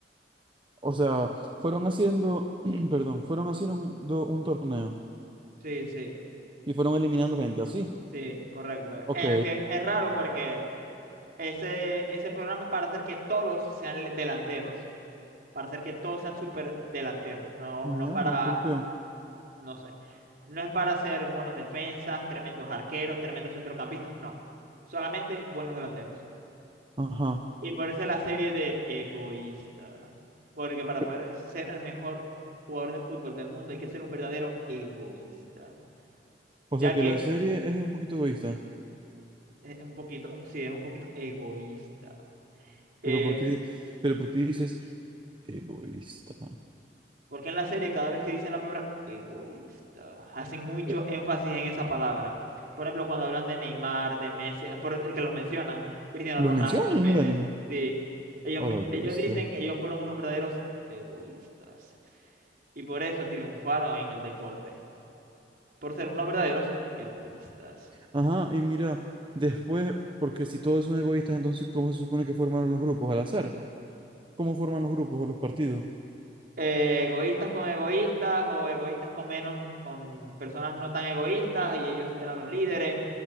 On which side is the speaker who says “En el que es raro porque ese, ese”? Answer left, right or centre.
Right